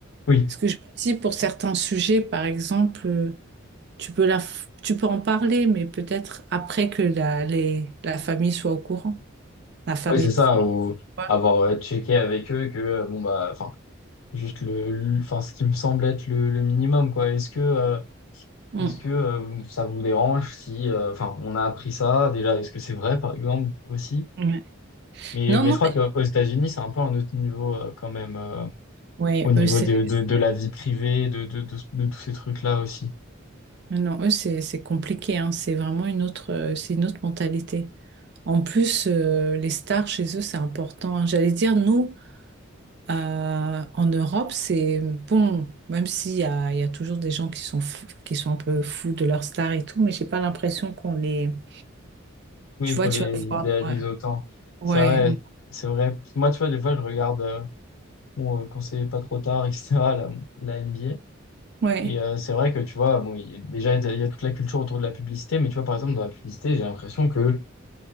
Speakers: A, on the left (about 75°); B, on the right (about 55°).
A: Oui,
B: Parce que je me dis pour certains sujets, par exemple, euh, tu peux la, tu peux en parler, mais peut-être après que la, les, la famille soit au courant, la famille
A: oui, c'est
B: proche.
A: ça, ou
B: tu
A: avoir euh, checké avec eux que, euh, bon, bah, enfin, juste le, le- enfin, ce qui me semble être le, le minimum, quoi. Est-ce que, euh,
B: vois.
A: est-ce que euh, ça vous dérange si, euh, enfin, on a appris ça déjà, est-ce que c'est vrai, par exemple, aussi?
B: Mm. Ouais.
A: Mais,
B: Non,
A: mais
B: non,
A: je crois
B: mais
A: qu'aux États-Unis, c'est un peu un autre niveau euh, quand même, euh,
B: ouais,
A: au niveau
B: eux, c'est,
A: de, de, de la vie privée, de, de, de, de tous ces trucs-là aussi.
B: non, eux, c'est, c'est compliqué, hein. C'est vraiment une autre, euh, c'est une autre mentalité. En plus, euh, les stars chez eux, c'est important, hein. J'allais dire, nous, Euh, en Europe, c'est bon, même s'il y a, il y a toujours des gens qui sont, fous- qui sont un peu fous de leur star et tout, mais j'ai pas l'impression qu'on les.
A: Oui,
B: Tu vois,
A: qu'on les
B: tu vas
A: idéalise
B: voir. Ouais,
A: autant.
B: ouais,
A: C'est vrai, c'est vrai. Moi, tu vois, des fois, je regarde euh, bon, euh, quand c'est pas trop tard, <laughs> etc., la, la NBA.
B: ouais.
A: Et euh, c'est vrai que, tu vois, bon, il y a- déjà, il y a toute la culture autour de la publicité, mais tu vois, par exemple, dans la publicité, j'ai l'impression que